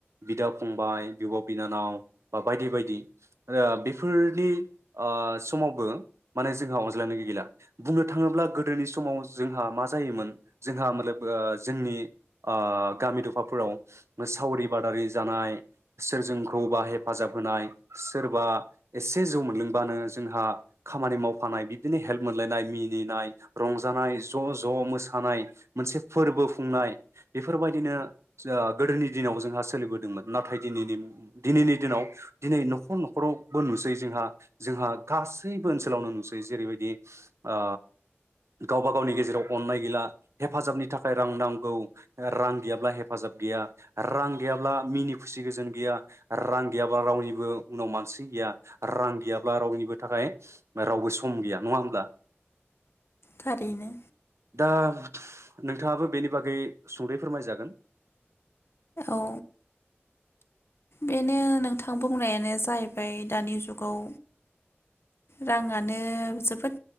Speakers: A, on the right; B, on the left.
A: बिदा फंबाय बिब'-बिनानाव बा बायदि बायदि ओ बे बेफोरनि ओ समावबो माने जोंहा अनज्लायनाय गैला। बुंनो थाङोब्ला गोदोनि समाव जोंहा मा जायोमोन जोंहा मतलाब जोंनि ओ गामि दफाफोराव सावरि बादारि जानाय सोरजोंखौबा हेफाजाब होनाय सोरबा एसे जौ मोनलोंबानो जोंहा खामानि मावफानाय बिदिनो हेल्प मोनलायनाय मिनिनाय रंजानाय ज' ज' मोसानाय मोनसे फोरबो खुंनाय बेफोरबायदिनो ओ गोदोनि दिनाव जोंहा सोलिबोदोंमोन नाथाय दिनैनि दिनैनि दिनाव दिनै न'खर न'खराव बो नुसै जोंहा जोंहा गासैबो ओनसोलावनो नुसै जेरैबायदि आ गावबा गावनि गेजेराव अननाय गैला हेफाजाबनि थाखाय रां नांगौ रां गैयाब्ला हेफाजाब गैया रां गैयाब्ला मिनि खुसि गोजोन गैया रां गैयाब्ला रावनिबो उनाव मानसि गैया रां गैयाब्ला रावनिबो थाखाय रावबो सम गैया नङा होमब्ला?
B: थारैनो
A: आं नोंथाङाबो बेनि बागै सुंदै फोरमायजागोन।
B: औ बेनो नोंथां बुंनायानो जाहैबाय दानि जुगाव राङानो जोबोद